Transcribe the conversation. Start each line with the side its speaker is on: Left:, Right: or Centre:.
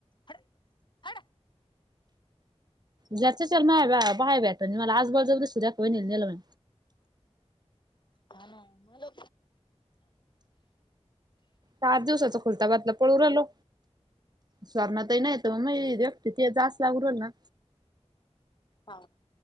Left: हडे हड
Right: जच चल नाही बाहाहे भेटत मला आजबाजवस सुध द्या होई नेलं.
Left: हा ना मला
Right: चार दिवसाचा खुलता घातला पळू रालो स्वर्णातही नाही. मग ते जास् लाग आवरल ना.
Left: हा,